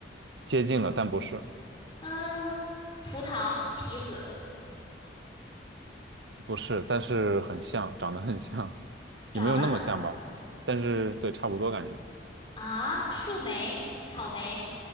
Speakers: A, on the right; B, on the left.
A: 接近了，但不是，
B: 呃，葡萄、提子，
A: 不是，但是很像，长得很像，
B: 长得
A: 也没有那么像吧，但是对，差不多感觉，
B: 啊，树莓、草莓，